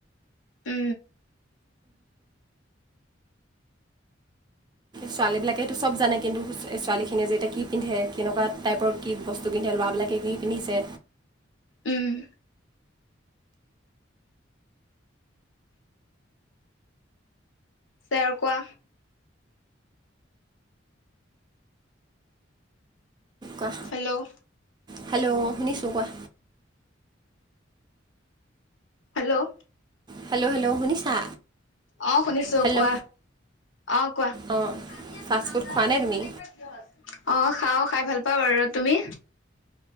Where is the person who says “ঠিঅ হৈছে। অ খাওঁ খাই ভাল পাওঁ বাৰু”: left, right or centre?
Left